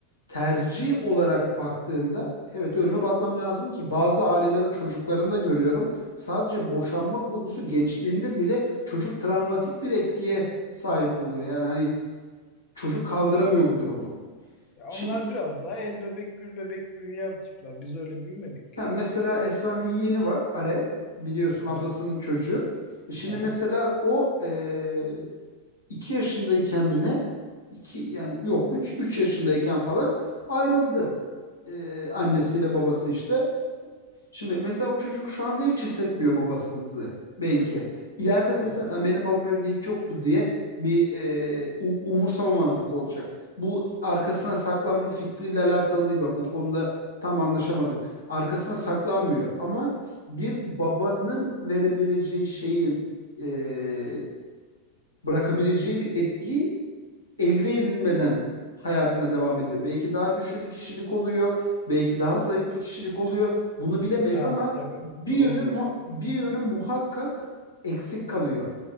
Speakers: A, on the left; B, on the left.
A: tercih olarak baktığında evet önüme bakmam lazım ki bazı ailelerin çocuklarını da görüyorum. Sadece boşanma konusu geçtiğinde bile çocuk travmatik bir etkiye sahip oluyor. Yani hani çocuk kaldıramıyor bu durumu.
B: Ya
A: Şimdi
B: onlar biraz daha el bebek gül bebek büyüyen tipler. Biz öyle büyümedik ki.
A: ha, mesela Esra'nın yeğeni var Are biliyorsun ablasının
B: Evet.
A: çocuğu. E Şimdi
B: Aha.
A: mesela o e, iki yaşındayken mi ne? İki, yani yok üç, üç yaşındayken falan ayrıldı. E, annesiyle
B: Evet.
A: babası işte. Şimdi mesela o çocuk şu anda hiç hissetmiyor babasızlığı belki. İleride de
B: Evet.
A: zaten benim babam evde hiç yoktu diye bir e, um- umursamamazlık olacak. Bu arkasına saklanma fikriyle alakalı değil bak o konuda tam anlaşamadık. Arkasına saklanmıyor ama bir babanın verebileceği şeyin e, bırakabileceği bir etki elde edilmeden hayatına devam ediyor. Belki daha güçlü bir kişilik oluyor, belki daha zayıf bir kişilik oluyor. Bunu bilemeyiz
B: Ha
A: ama
B: tabii.
A: bir
B: Doğru
A: yönü
B: diyorsun.
A: mu- bir yönü muhakkak eksik kalıyor.